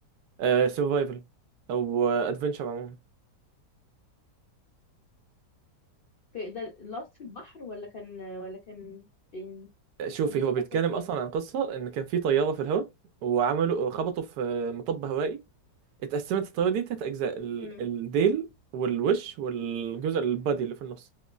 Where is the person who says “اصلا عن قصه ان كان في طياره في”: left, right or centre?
Right